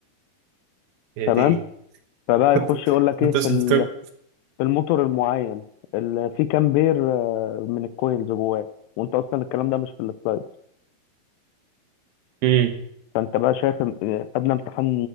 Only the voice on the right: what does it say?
يا
ديني
<laughs>
كنت
شفتك
امم